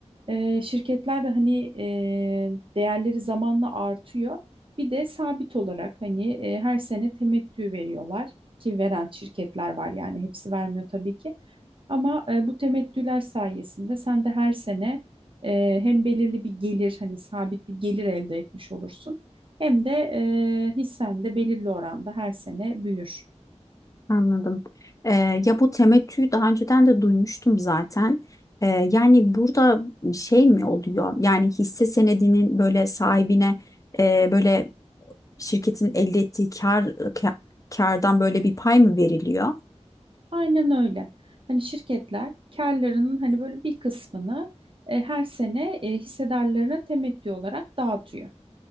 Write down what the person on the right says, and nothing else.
E, şirketler de hani e, değerleri zamanla artıyor. Bir de sabit olarak hani e, her sene temettü veriyorlar ki veren şirketler var yani hepsi vermiyor tabii ki. Ama e, bu temettüler sayesinde sen de her sene e, hem belirli bir gelir hani sabit bir gelir elde etmiş olursun hem de e, hissen de belirli oranda her sene büyür.
Aynen öyle. Hani şirketler karlarının hani böyle bir kısmını e, her sene e, hissedarlarına temettü olarak dağıtıyor.